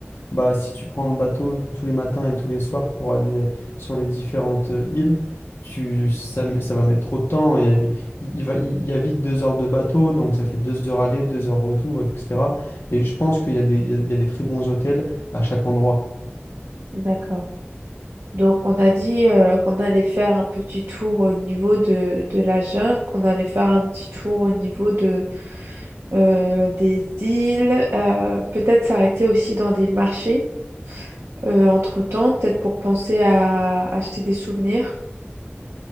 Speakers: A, on the left; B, on the right.
A: bah, si tu prends le bateau tous les matins et tous les soirs pour aller euh, sur les différentes euh, îles, tu, ça, met- ça va mettre trop de temps. Il y a, vi- il va, il y a vite deux heures de bateau, donc ça fait deux heures aller, deux heures retour, etc. Et je pense qu'il y a des, il y a il y a des très bons hôtels à chaque endroit.
B: D'accord. Donc on a dit euh, qu'on allait faire un petit tour au niveau de, de la jungle, qu'on allait faire un petit tour au niveau de, euh, des îles, euh, peut-être s'arrêter aussi dans des marchés. euh, entre-temps, peut-être pour penser à acheter des souvenirs.